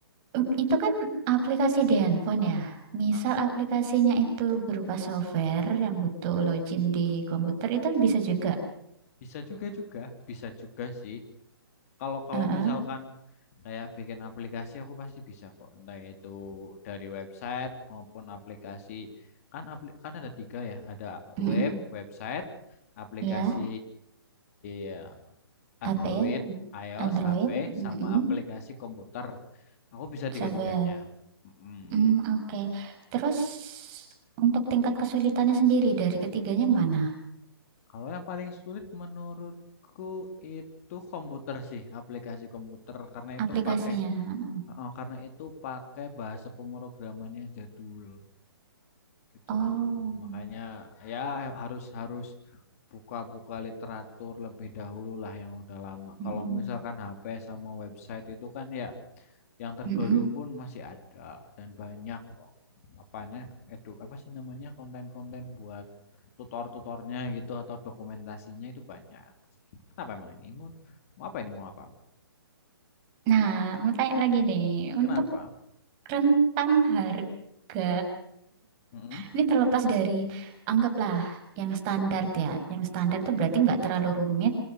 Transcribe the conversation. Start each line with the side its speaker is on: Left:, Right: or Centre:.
Right: Em, Itu kan aplikasi di handphone ya. Misal
Left: Heeh.
Right: aplikasinya itu berupa software yang butuh login di komputer itu bisa juga.
Left: Bisa juga juga, bisa juga sih. Kalau kalau
Right: Heeh.
Left: misalkan kayak bikin aplikasi aku pasti bisa kok. Entah itu dari website maupun aplikasi. Kan apli kan ada tiga ya, ada
Right: Mm-mm.
Left: web, website, aplikasi
Right: Ya,
Left: ya,
Right: HP,
Left: Android, iOS,
Right: Android,
Left: HP,
Right: mm-mm.
Left: sama aplikasi komputer. Aku bisa
Right: Software.
Left: tiga-tiganya. Mm-mm.
Right: Mm, oke. Terus untuk tingkat kesulitannya sendiri dari ketiganya mana?
Left: Kalau yang paling sulit menurutku itu komputer sih, aplikasi komputer karena itu
Right: Aplikasinya.
Left: pakai
Right: Heeh.
Left: eh, karena itu pakai bahasa pemrograman yang jadul gitu.
Right: Oh.
Left: Makanya ya harus harus buka-buka literatur lebih dahulu lah yang udah lama.
Right: Mm-mm.
Left: Kalau misalkan HP sama website itu kan ya yang terbaru
Right: Mm-mm.
Left: pun masih ada dan banyak oh, apanya edu apa sih namanya konten-konten buat tutor-tutornya gitu atau dokumentasinya itu banyak. Kenapa emang ini? Mau, mau apa ini? Mau apa?
Right: Nah, mau tanya lagi nih,
Left: Kenapa?
Right: untuk rentang harga
Left: Mm-mm.
Right: Ini terlepas dari anggaplah yang standar ya. Yang standar itu berarti nggak terlalu rumit,